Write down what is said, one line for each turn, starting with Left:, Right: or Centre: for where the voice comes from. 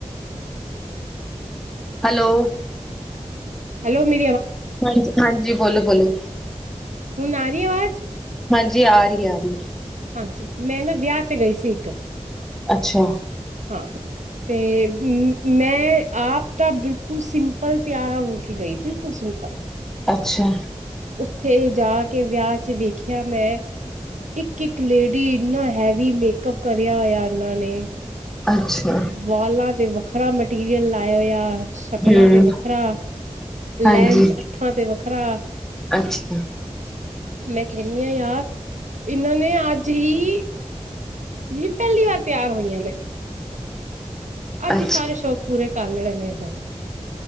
Centre: ਹੈਲੋ,
Right: ਹੈਲੋ ਮੇ
Centre: ਹਾਂਜੀ- ਹਾਂਜੀ ਬੋਲੋ- ਬੋਲੋ
Right: ਹੁਣ ਆ ਰਹੀ ਐ ਆਵਾਜ਼।
Centre: ਹਾਂਜੀ ਆ ਰਹੀ ਆ ਰਹੀ।
Right: ਹਾਂਜੀ ਮੈਂ ਨਾ ਵਿਆਹ ਤੇ ਗਈ ਸੀ ਇੱਕ
Centre: ਅੱਛਾ,
Right: ਹਾਂ ਤੇ ਮੈਂ ਆਪ ਤਾਂ ਬਿਲਕੁਲ ਸਿੰਪਲ ਤਿਆਰ ਹੋ ਕੇ ਗਈ ਬਿਲਕੁਲ ਸਿੰਪਲ
Centre: ਅੱਛਾ,
Right: ਉੱਥੇ ਜਾ ਕੇ ਵਿਆਹ ਚ ਵੇਖਿਆ ਮੈਂ ਇੱਕ -ਇੱਕ ਇੱਕ ਲੇਡੀ ਇੰਨਾ ਹੈਵੀ ਮੇਕਅਪ ਕਰਿਆ ਹੋਇਆ ਇਹਨਾਂ ਨੇ
Centre: ਅੱਛਾ,
Right: ਵਾਲਾਂ ਤੇ ਵੱਖਰਾ ਮਟੀਰੀਅਲ ਲਾਇਆ ਹੋਇਆ ਸ਼ਕਲਾਂ
Centre: ਹੂੰ,
Right: ਤੇ ਵੱਖਰਾ ਲੈਂਸ,
Centre: ਹਾਂਜੀ।
Right: ਅੱਖਾਂ ਤੇ ਵੱਖ ਖਰਾ।
Centre: ਅੱਛਾ
Right: ਮੈਂ ਕਹਿੰਦੀ ਹਾਂ ਯਾਰ ਇਹਨਾਂ ਨੇ ਅੱਜ ਹੀ ਵੀ ਪਹਿਲੀ ਵਾਰ ਤਿਆਰ ਹੋਈਆਂ ਨੇ ਅੱਜ
Centre: ਅੱਛਾ,
Right: ਹੀ ਸਾਰੇ ਸ਼ੌਕ ਪੂਰੇ ਕਰ ਲੈਣੇ ਨੇ ਨਾਲ